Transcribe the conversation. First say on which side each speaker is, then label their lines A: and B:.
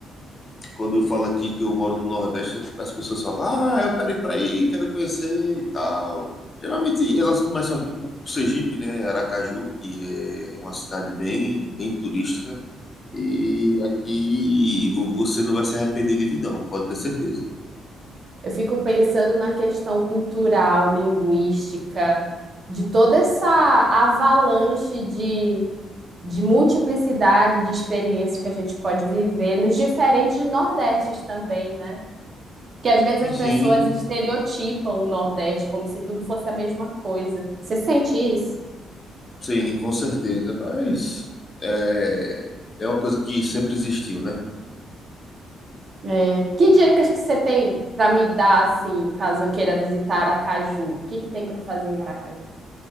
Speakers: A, on the left (about 35°); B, on the right (about 45°).
A: Quando eu falo aqui que eu moro no Nordeste, as pessoas falam, ah, eu quero ir pra aí, quero conhecer e tal. Geralmente elas começam aqui por por Sergipe, né, Aracaju, que é uma cidade bem, bem turística. E aqui vo- você não vai se arrepender de vir, não, pode ter certeza.
B: Eu fico pensando na questão cultural, linguística, de toda essa avalanche de de multiplicidade de experiências que a gente pode viver nos diferentes Nordestes também, né? Porque às
A: Sim,
B: vezes as pessoas
A: Sim,
B: estereotipam o Nordeste como se tudo fosse a mesma coisa. Você sente isso?
A: sim, com certeza. Mas é, é uma coisa que sempre existiu, né?
B: É. Que dicas que você tem para me dar, assim, caso eu queira visitar Aracaju? O que que tem para fazer em Aracaju?